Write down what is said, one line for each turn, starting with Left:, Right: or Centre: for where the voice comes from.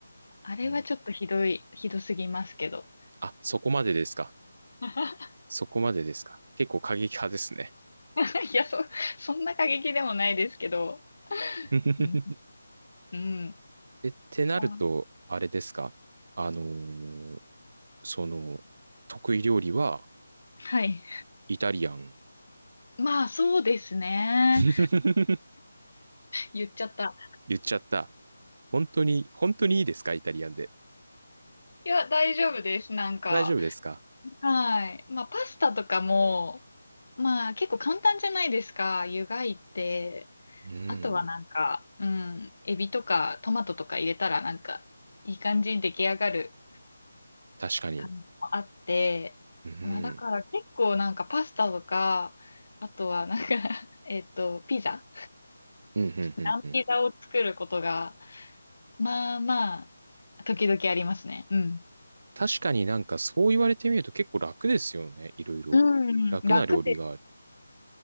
Left: あれはちょっとひどい、
Right: うん、
Left: ひどすぎますけど。
Right: あ、そこまでですか。
Left: <laughs>
Right: そこまでですか。結構過激派ですね。
Left: いや、そ、そんな過激でもないですけど。
Right: <laughs>
Left: うん。うん。
Right: え、ってなると、
Left: あ
Right: あれですかあのーその、得意料理は
Left: はい。
Right: イタリアン。
Left: まあ、そうですね。
Right: <laughs>
Left: 言っちゃった。
Right: 言っちゃった。本当に、本当にいいですかイタリアンで。
Left: いや、大丈夫です。なんか。
Right: 大丈夫ですか
Left: はい。まあ、パスタとかも、まあ、結構簡単じゃないですか。湯がいて。
Right: うん、
Left: あとはなんか、うん。エビとかトマトとか入れたら、なんか、いい感じに出来上がる
Right: 確かに。
Left: 感じもあって。
Right: うん、
Left: まあ、だから結構なんかパスタとか、あとはなんか <laughs> えっと、ピザ。
Right: うん、うん、うん、
Left: 生ピザを作ることが、
Right: うん。
Left: まあまあ、時々ありますね。うん。
Right: 確かになんかそう言われてみると結構楽ですよね。いろいろ。
Left: う
Right: 楽な料理がある。
Left: ん、楽です。